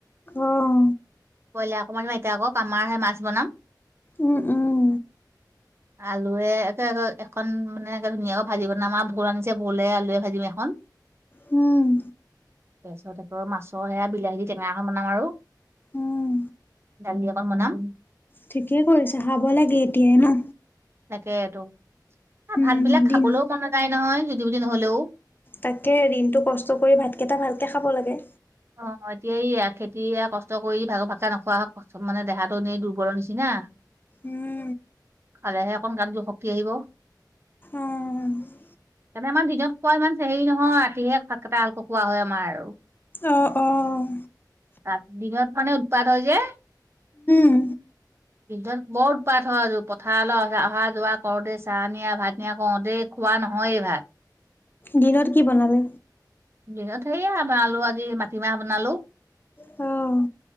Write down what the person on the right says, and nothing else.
বইলাৰ অকণমান এতিয়া আকৌ আমাৰহে মাছ বনাম।
আলুৱে একে এখন মানে ধুনীয়াকৈ ভাজি বনাম আৰু ভোল আনিছে, ভোলে আলুৱে ভাজিম এখন।
তাৰপিছত আকৌ মাছৰ সেয়া বিলাহী দি টেঙা এখন বনাম আৰু।
ডালি অকণ বনাম।
তাকেইতো, আ, ভাতবিলাক
খাবলৈও মন নাযায় নহয় জুতি যদি নহ'লেও।
অ' এতিয়াে এইয়া খেতি কষ্ট কৰি ভাগৰ ভাকা নোখোৱাক চব মানে দেহাটো এনেই দুৰ্বলৰ নিচিনা।
খালেহে অকন গাত যোৰ শক্তি আহিব।
তেন্তে আমাৰ দিনত খোৱা ইমান হেৰি নহয়, ৰাতিহে ভাতকেইটা হালক খোৱা হয় আমাৰ আৰু।
ৰাত দিনত মানে উৎপাত হয় যে।
দিগদৰ বৰ উৎপাত হয় আৰু পথাৰলৈ অহা যোৱা কৰোঁতে, চাহ নিয়া, ভাত নিয়া কৰোঁতেই খোৱা নহয়ে ভাত।
দিনত সেয়া আলু ভাজি মাত টিমাহ বনালো,